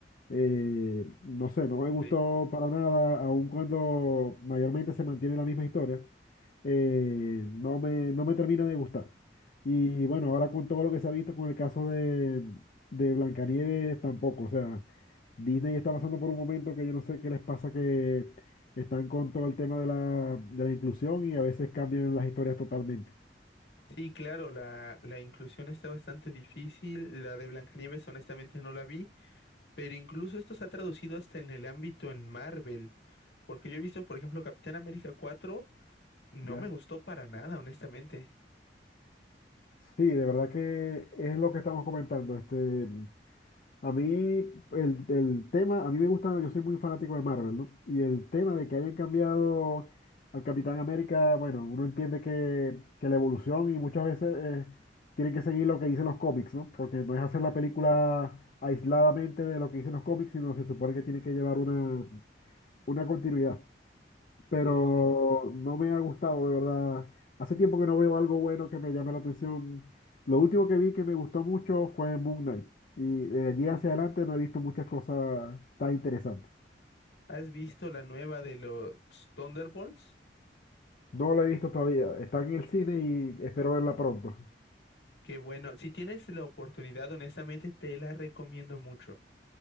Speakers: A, on the left; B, on the left.
A: Eh, no sé, no me gustó
B: Sí.
A: para nada, aun cuando mayormente se mantiene la misma historia eh, no me, no me termina de gustar. Y bueno, ahora con todo lo que se ha visto con el caso de, de Blancanieves tampoco, o sea, Disney está pasando por un momento que yo no sé qué les pasa, que están con todo el tema de la, de la inclusión y a veces cambian las historias totalmente,
B: Sí, claro, la, la inclusión está bastante difícil. La de Blancanieves, honestamente, no la vi, pero incluso esto se ha traducido hasta en el ámbito en Marvel, porque yo he visto, por ejemplo, Capitán América cuatro No
A: ¿ya?
B: me gustó para nada, honestamente.
A: Sí, de verdad que es lo que estamos comentando. Este, A mí, el, el tema, a mí me gusta, yo soy muy fanático de Marvel, ¿no? Y el tema de que hayan cambiado al Capitán América, bueno, uno entiende que, que la evolución y muchas veces eh, tiene que seguir lo que dicen los cómics, ¿no? Porque no es hacer la película aisladamente de lo que dicen los cómics, sino se supone que tiene que llevar una, una continuidad pero
B: Sí, sí, sí.
A: no me ha gustado, de verdad. Hace tiempo que no veo algo bueno que me llame la atención. Lo último que vi que me gustó mucho fue Moon Knight. Y de allí hacia adelante no he visto muchas cosas tan interesantes.
B: ¿Has visto la nueva de los Thunderbolts?
A: No la he visto todavía. Está en el cine y espero verla pronto. <laughs>
B: Que bueno, si tienes la oportunidad, honestamente, te la recomiendo mucho.